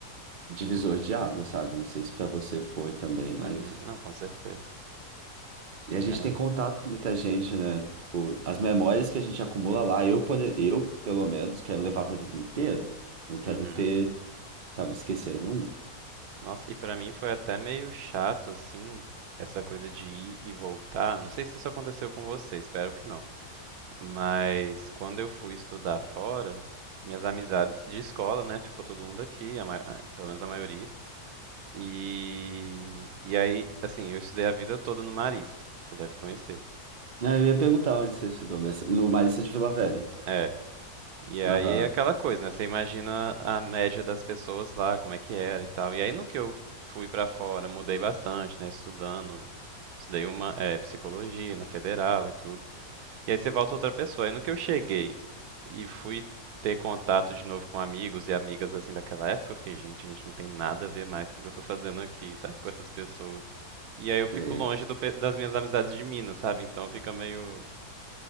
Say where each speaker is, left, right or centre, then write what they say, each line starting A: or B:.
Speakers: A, on the right; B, on the right.
A: divisor de água, sabe? Não sei se para você foi também, mas.
B: Uhum. Não, com certeza.
A: E a gente
B: É.
A: tem contato com muita gente, né? Tipo, as memórias que a gente acumula lá, eu, poder... eu pelo menos, quero levar para a vida inteira. Não quero
B: Uhum.
A: ter, sabe, esquecer nunca.
B: Nossa, e pra mim foi até meio chato, assim, essa coisa de ir e voltar. Não sei se isso aconteceu com você, espero que não. Mas quando eu fui estudar fora, minhas amizades de escola, né, ficou todo mundo aqui, a ma- a- pelo menos a maioria. E, e aí, assim, eu estudei a vida toda no Marista, você deve conhecer.
A: Não, eu ia perguntar onde você estudou, mas no Marista de Vila Velha.
B: É, E aí
A: Aham.
B: é aquela coisa, né? Você imagina a média das pessoas lá, como é que era e tal. E aí no que eu fui pra fora, mudei bastante, né? Estudando, estudei uma é, psicologia na federal e tudo. E aí você volta outra pessoa. Aí no que eu cheguei e fui ter contato de novo com amigos e amigas assim daquela época, eu fiquei, gente, a gente não tem nada a ver mais, o que que eu tô fazendo aqui, sabe, com essas pessoas. E aí eu fico
A: sei.
B: longe do pe- das minhas amizades de Minas, sabe? Então fica meio